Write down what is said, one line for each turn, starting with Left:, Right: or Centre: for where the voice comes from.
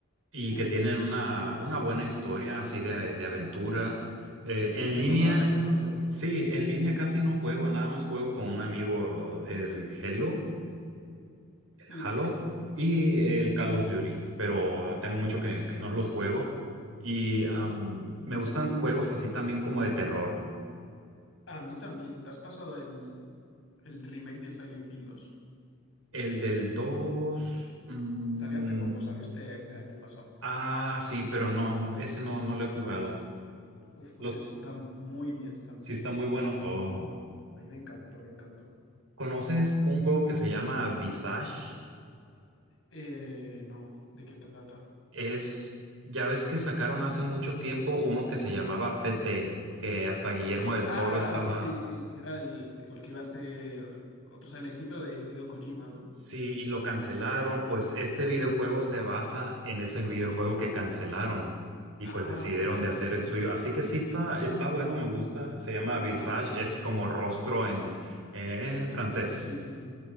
Right: y
Left: Hmm,
Right: que tienen una, una buena historia así de, de aventura. Eh,
Left: Sí,
Right: en
Left: más
Right: línea,
Left: enfocado en la historia, ¿no?
Right: sí, en línea casi no juego, nada más juego con un amigo el Halo, el
Left: Hmm,
Right: Halo
Left: sí.
Right: y el Call of Duty, pero ah, tengo mucho que, que no los juego. Y am, me gustan juegos así también como de terror.
Left: A mí también. ¿Te has pasado el, el remake del Silent Hill dos
Right: El del 2 mm,
Left: Salió hace poco, salió este, este año pasado.
Right: ah, sí, pero no, no, ese no, no lo he jugado.
Left: Uf, pues
Right: Los,
Left: está muy bien, está muy
Right: sí está
Left: bien.
Right: muy bueno. Oh.
Left: A mí me encantó, me encantó.
Right: ¿Conoces un juego que se llama Visage?
Left: Eh, no, ¿de qué trata?
Right: Es, ya ves que sacaron hace mucho tiempo uno que se llamaba PT, que hasta Guillermo del
Left: Ah,
Right: Toro estaba
Left: sí, sí, que era el, el que iba a ser otro Silent Hill, pero de Hideo Kojima, ¿no?
Right: Sí, y lo cancelaron. Pues este
Left: Sí.
Right: videojuego se basa en ese videojuego que cancelaron y
Left: Ah,
Right: pues decidieron
Left: vale,
Right: de hacer
Left: vale.
Right: el suyo. Así que sí está, está bueno, me gusta. Se llama Visage,
Left: Ah, pues
Right: es como rostro en, en francés.
Left: sí, sí.